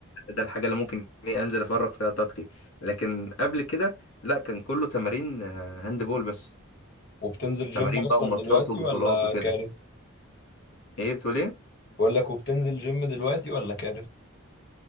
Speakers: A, on the left (about 85°); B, on the left (about 50°).
A: ده الحاجة اللي ممكن ايه انزل افرغ فيها طاقتي لكن قبل كده لا كان كله تمارين آه، هاند بول بس
B: وبتنزل جيم
A: تمارين
B: أصلا
A: بقى وماتشات
B: دلوقتي
A: وبطولات
B: ولا
A: وكده
B: كارف؟
A: ايه بتقول ايه
B: بقول لك وبتنزل جيم دلوقتي ولا كارف؟